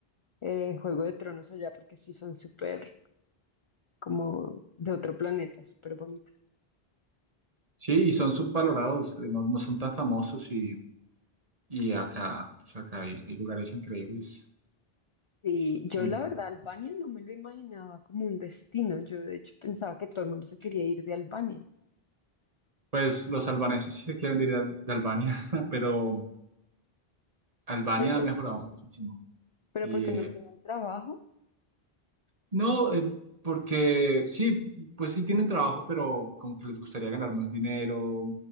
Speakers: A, on the left (about 50°); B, on the right (about 40°).
A: eh, Juego de Tronos allá porque sí son súper como de otro planeta, súper bonitos.
B: Sí, y son subvalorados, eh, no, no son tan famosos y, y acá, pues acá hay, hay lugares increíbles.
A: Y yo
B: Entonces,
A: la verdad Albania no me lo imaginaba como un destino, yo de hecho pensaba que todo el mundo se quería ir de Albania,
B: pues los albaneses sí se quieren ir de, de Albania, <laughs> pero Albania
A: pero, por-
B: ha mejorado muchísimo.
A: pero
B: Y
A: porque
B: eh,
A: no tienen trabajo.
B: no, eh, porque sí, pues sí tienen trabajo, pero como que les gustaría ganar más dinero.